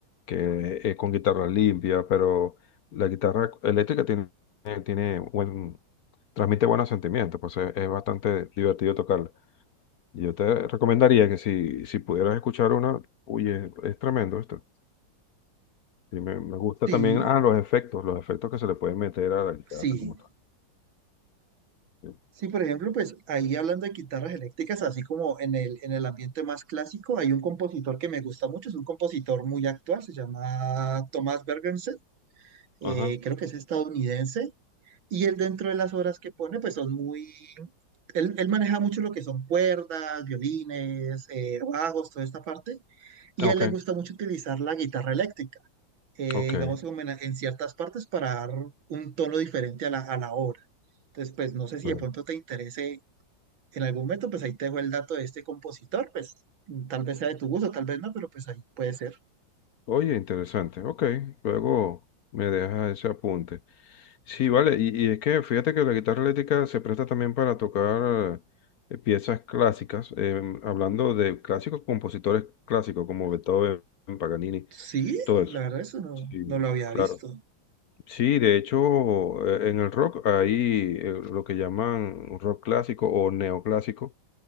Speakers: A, on the left; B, on the right.
A: que es con guitarra limpia, pero la guitarra eléctrica tiene, tiene buen, transmite buenos sentimientos, pues es, es bastante divertido tocarla. Yo te recomendaría que si, si pudieras escuchar una, oye, es tremendo esto. Y me, me gusta
B: Sí,
A: también, ah, los efectos, los efectos que se le pueden meter a la guitarra
B: sí.
A: como tal. Sí.
B: Sí, por ejemplo, pues ahí hablando de guitarras eléctricas, así como en el, en el ambiente más clásico, hay un compositor que me gusta mucho, es un compositor muy actual, se llama Thomas Bergensen, eh,
A: Ajá.
B: creo que es estadounidense, y él dentro de las obras que pone, pues son muy, él, él maneja mucho lo que son cuerdas, violines, eh, bajos, toda esta parte, Y
A: Ah,
B: a
A: Ok,
B: él le gusta mucho utilizar la guitarra eléctrica, eh,
A: ok.
B: digamos, como en, en ciertas partes para dar un tono diferente a la, a la obra. Entonces, pues no sé si
A: Bueno,
B: de pronto te interese en algún momento, pues ahí te dejo el dato de este compositor, pues tal vez sea de tu gusto, tal vez no, pero pues ahí puede ser.
A: Oye, interesante. Ok, luego me deja ese apunte. Sí, vale, y, y es que fíjate que la guitarra eléctrica se presta también para tocar eh, piezas clásicas, em, hablando de clásicos, compositores clásicos como Beethoven, Paganini,
B: Sí,
A: todo
B: la
A: eso.
B: verdad eso no,
A: Sí,
B: no lo había
A: claro.
B: visto.
A: Sí, de hecho, eh, en el rock hay eh, lo que llaman rock clásico o neoclásico,